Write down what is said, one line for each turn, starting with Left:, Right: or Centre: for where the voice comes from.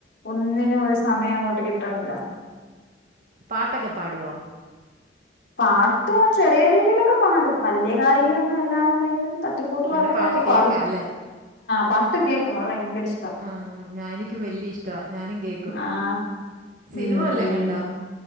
Left: ഒന്നിനും ഒരു സമയം അങ്ങോട്ട് കിട്ടണില്ല
Right: പാട്ടൊക്കെ പാടുമോ
Left: പാട്ട് ചെറിയ രീതിയിലൊക്കെ പാടും വലിയ ഗായികയൊന്നും അല്ലാന്നുണ്ടെങ്കിലും പാട്ടുകളൊക്കെ
Right: പിന്നെ പാട്ട് കേൾക്കാം
Left: പാടും.
Right: അല്ലേ
Left: പാട്ട് കേൾക്ക ഓ ഭയങ്കര ഇഷ്‌
Right: ആഹ് ഞാൻ എനിക്ക് വല്യ ഇഷ്ട്ടവാ ഞാനും കേക്കും
Left: ആഹ്
Right: സിനിമ
Left: ഉം
Right: വല്ലോ
Left: ഉം
Right: കണ്ടോ.